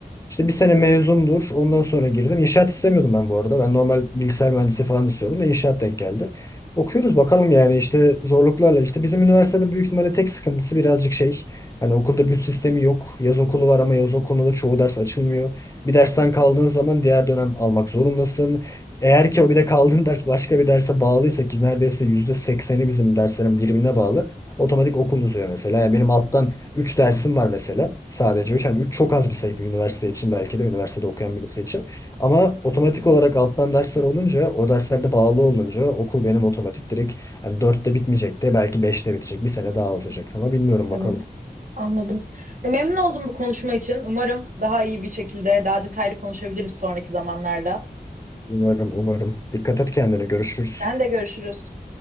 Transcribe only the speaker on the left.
İşte bir sene mezundur. Ondan sonra girdim. İnşaat istemiyordum ben bu arada. Ben normal bilgisayar mühendisi falan istiyordum da inşaat denk geldi. Okuyoruz bakalım yani işte zorluklarla. İşte bizim üniversitenin büyük ihtimalle tek sıkıntısı birazcık şey. Hani okulda büt sistemi yok. Yaz okulu var ama yaz okulunda da çoğu ders açılmıyor. Bir dersten kaldığın zaman diğer dönem almak zorundasın. Eğer ki o bir de kaldığın ders başka bir derse bağlıysa ki neredeyse yüzde sekseni bizim derslerin birbirine bağlı. Otomatik okul uzuyor mesela. Yani benim alttan Üç dersim var mesela. Sadece 3, Hani 3 çok az bir sayı bir üniversite için belki de üniversitede okuyan birisi için. Ama otomatik olarak alttan dersler olunca o derslerde bağlı olunca okul benim otomatik direkt hani dörtte bitmeyecek de belki beşte bitecek. Bir sene daha alacak ama bilmiyorum
bakalım.
Umarım umarım. Dikkat et kendine görüşürüz.